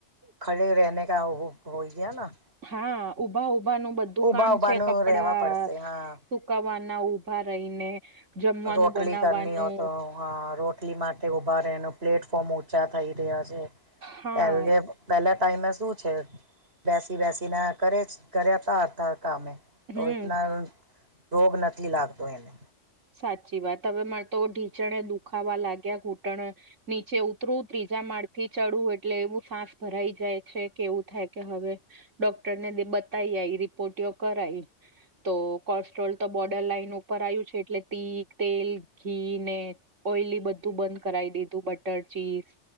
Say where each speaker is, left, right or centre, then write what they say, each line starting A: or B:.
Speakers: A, on the right; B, on the right.
A: ખડે રહેને કા હોયયા ન
B: હા ઊભા ઊભા નું બધું
A: ઉભા
B: કામ
A: ઉભાનું
B: છે કપડા
A: રહેવા પડશે હા
B: સુકાવાના ઉભા રહીને જમવાનું
A: રોટલી
B: બનાવવાનું
A: કરની ઓ તો હા રોટલી માટે ઉભા રહેે એનું પ્લેટફોર્મ ચા થઈ રહ્યા છે
B: હા
A: પહે પહેલા ટાઈમે શું છે બેસી બેસીને કરેજ કર્યા હતા હતા કામે તો
B: હમ
A: ઇતના રોગ નથી લાગતો એને
B: સાચી વાત હવે મને તો ઢીચણે દુખાવા લાગ્યા ઘૂંટણ નીચે ઉતરુ ત્રીજા માળ થી ચડું એટલે એવું સાસ ભરાઈ જાય છે કે, એવું થાય કે હવે ડોક્ટરને બતાવી આઈ રિપોર્ટઓ કરાઈ તો કોસ્ટ્રોલ તો બોર્ડર લાઈન ઉપર આવ્યું છે. એટલે તી તેલ, ઘી ને ઓઈલ બધું બંધ કરાવી દીધું બટર, ચીઝ